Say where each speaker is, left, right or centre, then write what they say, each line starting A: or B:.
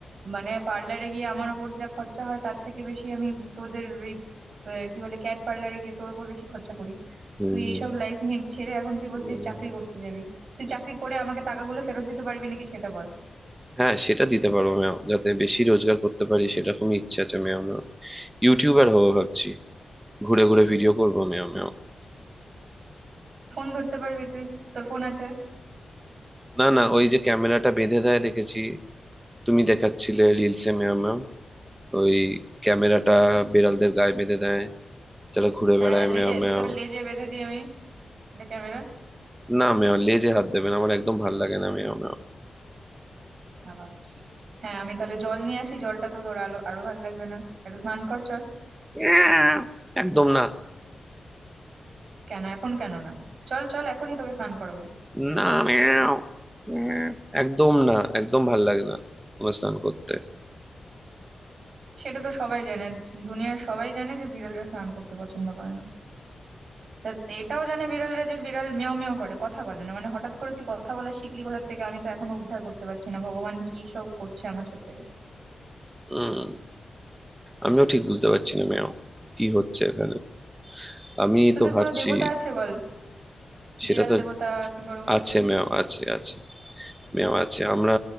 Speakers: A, on the right; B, on the right.
A: মানে পার্লারে গিয়ে আমার ওপর যা খরচা হয় তার থেকে বেশি আমি তোদের ওই আহ, কি বলে ক্যাট পার্লারে গিয়ে তোর উপর বেশি খরচা করি
B: হুম
A: তুই এইসব লাইফ নিয়ে ছেড়ে এখন তুই বলছিস
B: উম,
A: চাকরি করতে যাবি তুই চাকরি করে আমাকে টাকাগুলো ফেরত দিতে পারবি নাকি সেটা বল
B: হ্যাঁ সেটা দিতে পারো মেও যাতে বেশি রোজগার করতে পারি সেরকম ইচ্ছা আছে মেও মেও ইউটিউবার হবো ভাবছি ঘুরে ঘুরে ভিডিও করবো মেও মেও
A: ফোন ধরতে পারবি তুই তোর ফোন আছে
B: না না ওই যে ক্যামেরাটা বেঁধে দেয় দেখেছি তুমি দেখাচ্ছিলে রিলসে মেয়া ম্যাম ওই ক্যামেরাটা বিড়ালদের গায়ে বেঁধে দেয় যারা ঘুরে
A: হ্যাঁ
B: বেড়ায়
A: লেজে
B: মেয়া মেয়া
A: তোর লেজে বেঁধে দিই আমি এটা ক্যামেরা
B: না মেয়া লেজে হাত দেবে না আমার একদম ভাল লাগে না মেয়া মেয়া
A: সাবাস হ্যাঁ আমি তাহলে জল নিয়ে আসি জলটা তো তোর আলো আরো ভালো লাগবে না একটু স্নান কর চল
B: মেয়াও। একদম না
A: কেন এখন কেন না চল চল এখনই তোকে স্নান করাবো
B: না মেয়াও মেয়াও। একদম না একদম ভাল লাগে না তোমার স্নান করতে
A: সেটা তো সবাই জানে দুনিয়ার সবাই জানে যে বিড়ালরা স্নান করতে পছন্দ করে না তা এটাও জানে বিড়ালরা যে বিড়াল মেও মেও করে কথা বলে না মানে হঠাৎ করে তুই কথা বলা শিখলি কোথা থেকে আমি তো এখনো উদ্ধার করতে পারছি না ভগবান কি সব করছে আমার সাথে
B: উম আমিও ঠিক বুঝতে পারছি না মেয়াও কি হচ্ছে এখানে আমি
A: তোদের
B: তো ভাবছি
A: কোনো দেবতা আছে বল
B: সেটা
A: বিড়াল
B: তো
A: দেবতা কিংবা ওরকম
B: আছে
A: কিছু
B: মেয়াও আছে আছে মেও আছে আমরা